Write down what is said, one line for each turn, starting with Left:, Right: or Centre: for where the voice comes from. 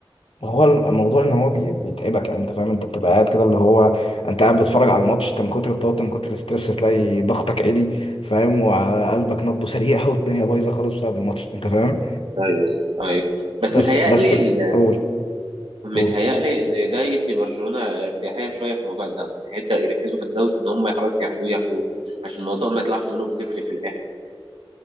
Left: ما هو الموضوع ان هو بي- بيتعبك يعني انت فاهم انت بتبقى قاعد كده اللي هو انت قاعد بتتفرج على الماتش انت من كتر التوتر من كتر الاسترس تلاقي ضغطك عالي فاهم وقلبك نبضه سريع والدنيا بايظه خالص بسبب الماتش انت فاهم
Right: ايوه ايوه بس
Left: بس
Right: متهيألي
Left: بس قول
Right: متهيألي
Left: قول
Right: إن ده يدي برشلونة ارتياحية شوية في موضوع الدوري هيبدأ يركزوا في الدوري إن هم خلاص ياخدوه ياخدوه عشان الموضوع ما يطلعش منهم صفر في الآخر